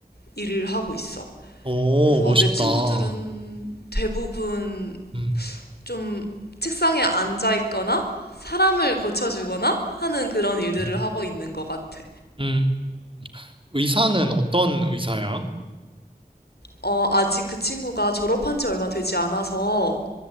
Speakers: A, on the left; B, on the right.
A: 일을 하고 있어.
B: 오,
A: 그래서
B: 멋있다.
A: 내 친구들은 대부분
B: 음,
A: 좀 책상에 앉아 있거나 사람을 고쳐주거나 하는 그런 일들을
B: 음.
A: 하고 있는 것 같아.
B: 음. 의사는 어떤 의사야?
A: 어, 아직 그 친구가 졸업한 지 얼마 되지 않아서